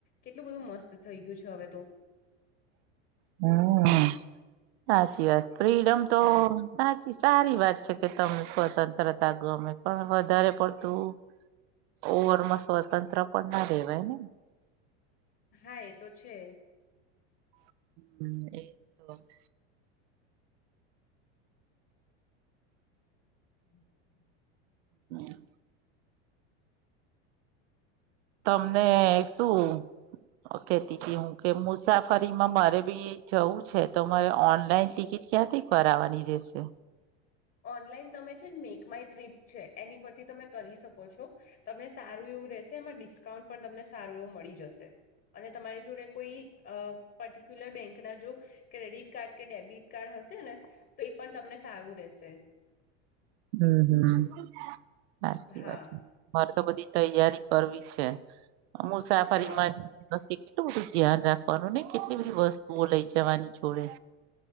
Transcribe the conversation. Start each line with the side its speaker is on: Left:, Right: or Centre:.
Left: કેટલું બધું મસ્ત થઈ ગયું છે હવે તો.
Right: હમ્મ. સાચી વાત ફ્રીડમ તો સાચી સારી વાત છે કે તમને સ્વતંત્રતા ગમે. પણ વધારે પડતું ઓવરમાં સ્વતંત્ર પણ ના રહેેવાય ને.
Left: હા એ તો છે.
Right: હમ એ તો <inaudible>
Left: હમ <inaudible>
Right: હ. તમને શું કેતી કે હું કે મુસાફરીમાં મારે બી જવું છે તો મારે ઓનલાઈન ટિકિટ ક્યાંથીક વાર આવવાની રહેશે?
Left: ઓનલાઈન તમે છેને મેક માય ટ્રીપ છે એની પરથી તમે કરી શકો છો. તમને સારું એવું રહેશે એમાં ડિસ્કાઉન્ટ પણ તમને સારું એવું મળી જશે. અને તમારી જોડે કોઈ પર્ટિક્યુલર બેંક ના જો ક્રેડિટ કાર્ડ કે ડેબિટ કાર્ડ હશે ને, તો એ પણ તમને સારું રહેેશે.
Right: હમ હમ સાચી
Left: હા
Right: વાત. મારે તો બધી તૈયારી કરવી છે, મુસાફરી
Left: હા
Right: માં વતે કેટલું બધું ધ્યાન રાખવાનું ને કેટલી બધી વસ્તુઓ લઈ જવાની જોડે.